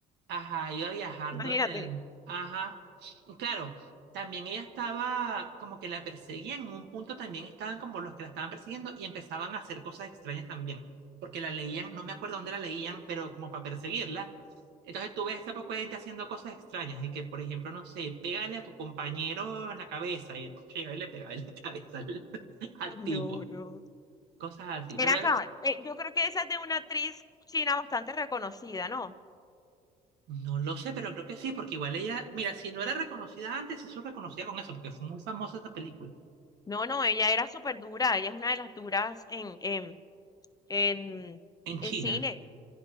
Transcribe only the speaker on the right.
Ajá, iba viajando
en el... Ajá. Claro, también ella estaba como que la perseguían, en un punto también estaban como los que la estaban persiguiendo y empezaban a hacer cosas extrañas también, porque la leían, no me acuerdo dónde la leían, pero como para perseguirla. Entonces tú ves a ese poco de gente haciendo cosas extrañas y que, por ejemplo, no sé, pégale a tu compañero en la cabeza y llega y le pega en la <laughs> cabeza al, al
tipo,
cosas así.
Pero
No lo sé, pero creo que sí, porque igual ella, mira, si no era reconocida antes, sí se reconocía con eso, porque fue muy famosa esa película.
En
China,